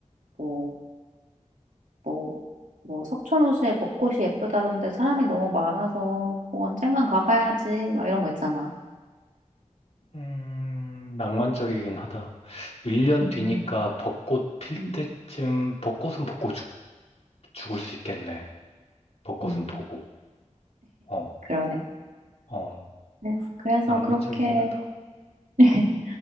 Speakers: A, on the right; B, on the left.
A: 뭐, 뭐, 뭐 석촌호수에 벚꽃이 예쁘다던데 사람이 너무 많아서 뭐 언젠간 가봐야지 막 이런 거 있잖아.
B: 음, 낭만적이긴 하다. 1년
A: <laughs>
B: 뒤니까 벚꽃 필
A: 음,
B: 때쯤, 벚꽃은 벚꽃 죽, 죽을 수 있겠네. 벚꽃은
A: 음,
B: 보고. 어,
A: 그러네.
B: 어,
A: 그래서 그래서
B: 낭만적이긴
A: 그렇게
B: 하다.
A: <laughs>